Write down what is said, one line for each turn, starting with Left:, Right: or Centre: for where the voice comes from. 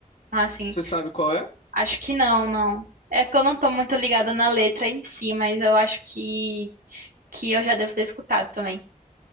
Right: Ah, sim.
Left: Você sabe qual é?
Right: Acho que não, não. É que eu não tô muito ligada na letra em si, mas eu acho que, que eu já devo ter escutado também.